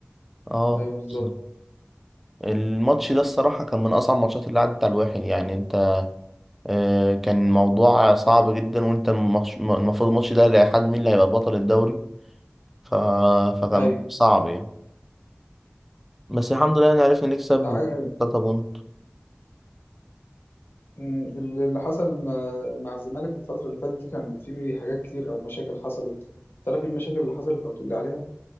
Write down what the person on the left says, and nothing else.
ايوه بالظبط
ايوه
ع-
م- اللي اللي حصل مع مع الزمالك الفترة اللي فاتت دي كان في حاجات كتير او مشاكل حصلت تعرف ايه المشاكل اللي حصلت او تقول لي عليها